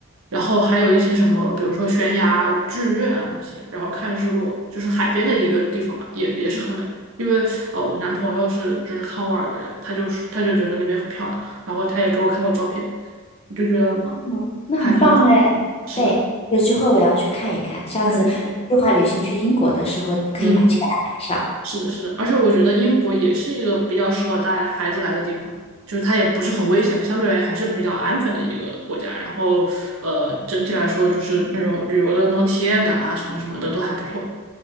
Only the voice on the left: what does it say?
嗯，那很棒哎。
对，有机会我要去看一看，下次计划旅行去英国的时候可以把这个安排上。